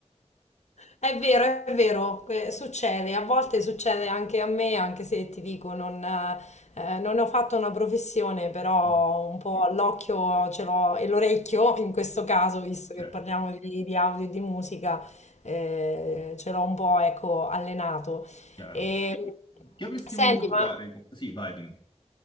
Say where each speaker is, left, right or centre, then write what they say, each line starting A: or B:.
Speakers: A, on the left; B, on the left.
A: È vero, è vero, que- succede, a volte succede anche a me, anche se ti dico, non, eh, non ne ho fatto una professione, però
B: <laughs>
A: un po' l'occhio ce l'ho e l'orecchio, in questo caso, visto
B: Certo,
A: che parliamo di, di audio e di musica, eh, ce l'ho un po', ecco, allenato.
B: chiaro.
A: E,
B: Che avresti
A: senti,
B: voluto
A: ma
B: fare? Sì, vai, dimmi.